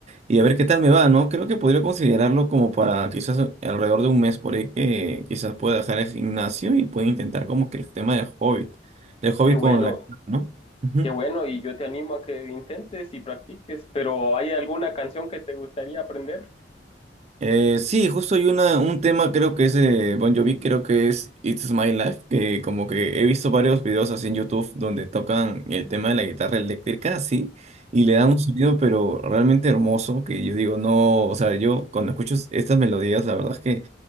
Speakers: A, on the right (about 35°); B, on the left (about 30°).
A: y a ver qué tal me va, ¿no? Creo que podría considerarlo como para quizás alrededor de un mes por ahí que quizás pueda dejar el gimnasio y pueda intentar como que el tema del hobby, del hobby
B: Qué bueno,
A: con la guitarra, ¿no? Ujú.
B: qué bueno. Y yo te animo a que intentes y practiques, pero ¿hay alguna canción que te gustaría aprender?
A: Eh, sí, justo hay una, un tema, creo que es de Bon Jovi, creo que es It's My Life, que como que he visto varios videos así en YouTube donde tocan el tema de la guitarra eléctrica, así, y le dan un sonido pero realmente hermoso, que yo digo, no, o sea, yo cuando escucho estas melodías, la verdad es que,